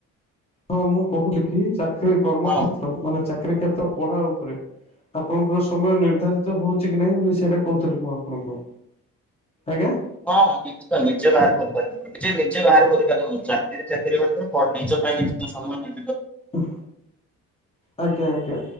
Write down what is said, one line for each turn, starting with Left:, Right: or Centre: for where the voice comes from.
Left: ହଁ ମୁଁ କହୁଥିଲି କି ଚାକିର କର୍ମ କ୍ଷେତ୍ର।
Centre: ହଁ।
Left: ମାନେ ଚାକିରୀ କ୍ଷେତ୍ର ପଢା ଉପରେ ଆପଣଙ୍କର ସମୟ ନିର୍ଦ୍ଧାରି ହଉଛି କି ନାଇଁ ବୋଲି ସେଇଟା କହୁଥିଲି ମୁଁ ଆପଣଙ୍କୁ ଆଜ୍ଞା।
Centre: ହଁ ନିଶ୍ଚ ନିଜ ବାହାର କରିପାରିବ। ନିଜେ ନିଜେ ବାହାରେ କରିପାରିବ ଚାକିରି ଚାକିରି ବାଟରେ ନିଜ ପାଇଁ ନିଜ ସମୟ ନି
Left: ଓଃ ଆଜ୍ଞା ଆଜ୍ଞା